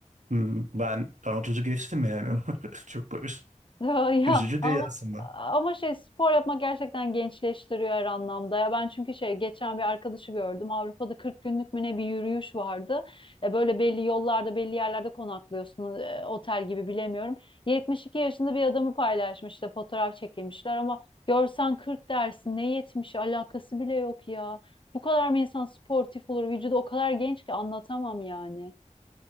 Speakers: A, on the right; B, on the left.
A: Hmm, Ben, ben 30'u geçtim yani. <laughs> Çok böyle
B: <laughs> Ya ya,
A: üzücü
B: ama
A: değil aslında.
B: ama şey spor yapmak gerçekten gençleştiriyor her anlamda. Ya ben çünkü şey geçen bir arkadaşı gördüm. Avrupa'da 40 günlük mü ne bir yürüyüş vardı. E, böyle belli yollarda, belli yerlerde konaklıyorsun. e, otel gibi bilemiyorum. 72 yaşında bir adamı paylaşmış işte fotoğraf çekilmişler ama görsen 40 dersin. Ne 70'i alakası bile yok ya. Bu kadar mı insan sportif olur? Vücudu o kadar genç ki anlatamam yani.